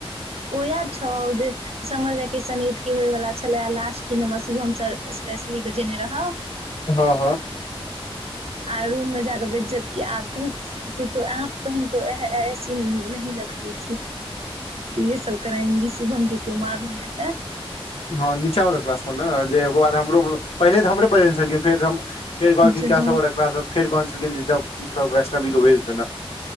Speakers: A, on the right (about 80°); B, on the left (about 80°).
A: ओ इएह छौ जे समर वैकेशन ठके होयवला छलै आ लास्ट दिन हम शुभम सर हमसभ स्पेशली बजेने रहौ
B: हँ हँ
A: आ रूम मे जााक बेज्जत क आ को त आप तऽ हमको ऐ ऐसी न लगतीी ज ये सब करांगी सुभहम के क्यो मार नहि रहिते
B: हँ निचा बला क्लास म न जे ओकर बाद हमरो पहिले तऽ हमरे बजेने छलखिन फेर हम फेरलखिन
A: जे हँ
B: सब फेर जिो वैष्णवी को भेज देना